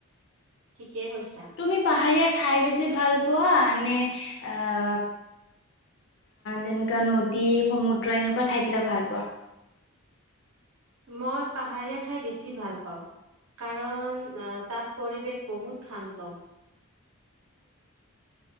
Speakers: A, on the right (about 75°); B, on the left (about 55°).
A: ঠিকেই কৈছা।
B: তুমি পাহাৰীয়া ঠাই বেছি ভাল পোৱা নে, আহ', - তেনেকুৱা নদী সমুদ্ৰ এনেকুৱা ঠাই বিলাক ভাল পোৱা?
A: মই পাহাৰীয়া ঠাই বেছি ভাল পাওঁ। কাৰণ তাত পৰিৱেশ বহুত শান্ত।